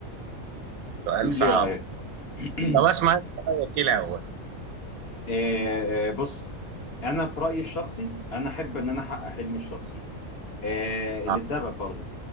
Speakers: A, on the right; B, on the left.
A: سؤال
B: قول
A: صعب
B: لي رأيك <clears throat>
A: طب اسمع أنت رأيك إيه الأول
B: آه، آه، بص انا في رأيي الشخصي انا احب ان انا احقق حلمي الشخصي آه لسبب
A: آه.
B: برضو